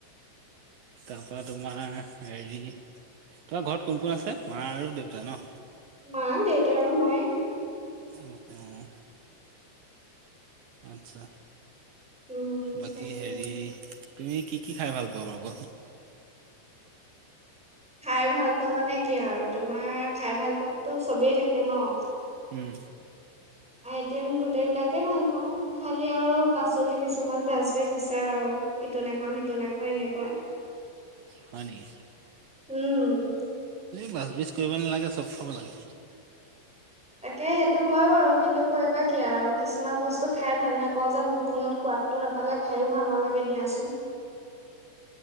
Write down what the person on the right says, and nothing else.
তাৰ পৰা তোমাৰ হেৰি তোমাৰ ঘৰত কোন কোন আছে মা আৰু দেউতা ন
অহ অহ আচ্ছা
বাকী
হেৰি তুমি কি কি খাই ভাল পোৱা বাৰু কোৱাচোন?
উম
হয় নেকি
বাছ বিজ কৰিব নালাগে চব খাব লাগে।